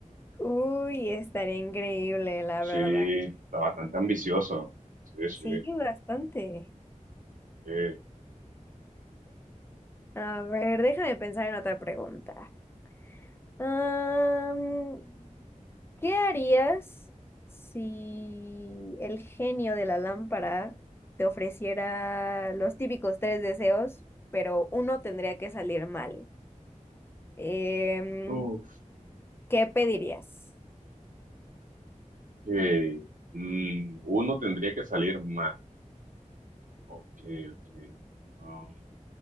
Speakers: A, on the left; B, on the right.
A: Uy, estaría increíble, la
B: Sí,
A: verdad.
B: está bastante ambicioso. Sí, sí.
A: Sí, bastante.
B: sí.
A: A ver, déjame pensar en otra pregunta. Am, ¿qué harías si el genio de la lámpara te ofreciera los típicos tres deseos, pero uno tendría que salir mal? Em,
B: Uf,
A: ¿qué pedirías?
B: ok. Mm, uno tendría que salir mal. Ok, ok. Um,